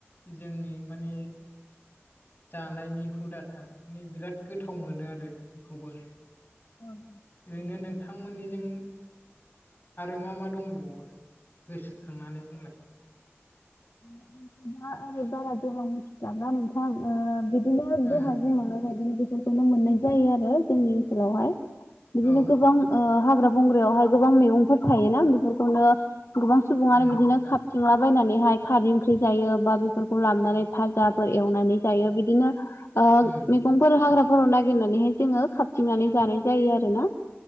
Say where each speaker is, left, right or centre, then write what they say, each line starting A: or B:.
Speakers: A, on the left (about 40°); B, on the left (about 75°).
A: जोंनि माने जानायनि हुदा थागनि बिराद गोथाव मोनो आरो बेखौबो।
B: अव
A: ओरैनो नोंथांमोननिजों आरो मा मा दंबावो? गोसोखांनानै बुंलाय।
B: <unintelligible> माबा नोंथाम बिदिनो
A: ओ
B: दहाय बुंलांनाय बादिनो बिदिनो मोननाय जायो आरो जोंनि ओनसालावहाय। बिदिनो
A: औ
B: गोबां ओ हाग्रा बंग्रायावहाय गोबां मैगंफोर थायोना बेफोरखौनो गोबां सुबुंआनो
A: उम
B: बिदिनो खा बुथुमला बायनानैहाय खारै ओंख्रि जायो बा बेफोरखौ लाबोनानै फाजाफोर एवनानै जायो बिदिनो ओ
A: उम
B: मैगंफोर हाग्राफोराव नागिरनाननैहाय जोङो खाबथिंनानै जानाय जायो आरो ना।